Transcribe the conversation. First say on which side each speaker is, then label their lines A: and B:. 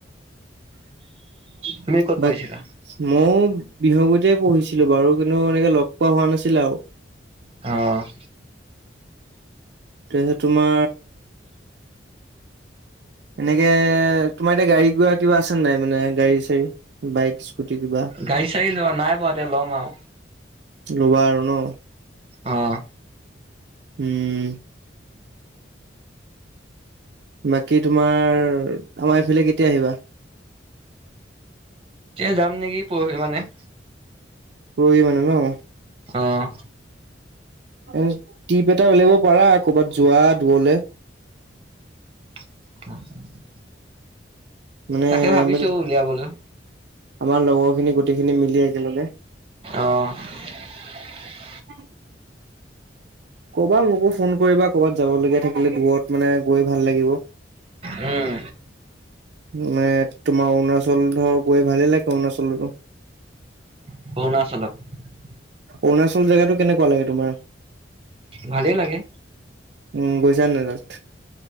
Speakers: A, on the right; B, on the right.
A: <unintelligible>
B: তুমি ক'ত পঢ়িছিলা
A: মও বিহগুতে পঢ়িছিলো বাৰু, কিন্তু এনেকে লগ পোৱা হোৱা নাছিলে আৰু।
B: অ'।
A: তেন্তে তোমাৰ এনেকে, তোমাৰ এতিয়া গাড়ী-ঘোৰা কিবা আছে নাই মানে, গাড়ী-চাড়ী, বাইক? স্কুটি কিবা
B: গাড়ী-চাড়ি লোৱা নাই বাও এতিয়া, ল'ম আও।
A: ল'বা আৰু ন।
B: অ'।
A: উম। বাকী তোমাৰ, আমাৰ এইফালে কেতিয়া আহিবা?
B: <unintelligible> যাম নেকি, পৰহি মানে।
A: পৰহি মানে, ন?
B: অ'।
A: এ টিপ এটা উলিয়াব পাৰা, কৰ'বাত যোৱা দুৱলে?
B: <unintelligible>
A: মানে
B: তাকে ভাবিছোঁ,
A: আমি
B: উলিয়াবলৈ।
A: আমাৰ লগত। <unintelligible> গোটেইখিনি মিলি একেলগে।
B: অ <inaudible>
A: <unintelligible> ক'বা মোকো, ফোন কৰিবা, কৰ'বাত যাব লগীয়া থাকি মানে দূৰত মানে, গৈ ভাল লাগিব।
B: উম,
A: মানে তোমাৰ অৰুণাচল, ধৰ, গৈ ভালেই লাগিব, অৰুণাচলতো।
B: অৰুণাচলত।
A: অৰুণাচল জেগাতটো কেনেকুৱা লাগে তোমাৰ?
B: ভালেই লাগে।
A: উম, গৈছা নাই তাত?